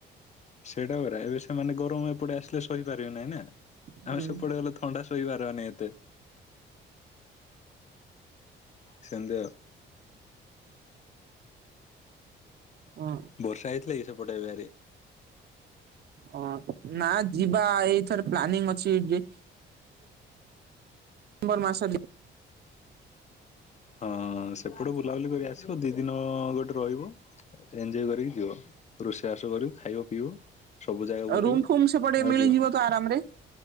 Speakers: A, on the left; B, on the right.
A: ସେଇଟା ପରା ଏବେ ସେମାନେ ଗରମ ଏପଟେ ଆସିଲେ ସହିପାରିବେ ନହିଁ ନା
B: ହୁଁ।
A: ଆମେ ସେପଟେ ଗଲେ ତ ଥଣ୍ଡା ସାହିପାରିବା ନାଇଁ ଏତେ। ସେମିତି ଆଉ।
B: ହଁ
A: ବର୍ଷା ହେଇଥିଲା କି ସେପଟେ ଏରିଆ ରେ।
B: ହଁ ନା ଯିବା ଏଇଥର ପ୍ଲାନିଂ ଅଛି ଯେ ମ୍ବର ମାସରେ ଯେ
A: ହଁ ସେପଟେ ବୁଲାବୁଲି କରିକି ଆସିବ ଦି ଦିନ ଗୋଟେ ରହିବ ଏଞ୍ଜୟ କରିକି ଯିବ। ରୋଷେଇବାସ କରିବ ଖାଇବ ପିଇ ବ ସବୁ ଜାଗା ବୁଲିବ
B: ରୁମ୍ ଫୁମ୍ ସେପଟେ
A: ଆଉ
B: ମିଳିଯିବ
A: ଯିବ।
B: ତ ଆରାମ ରେ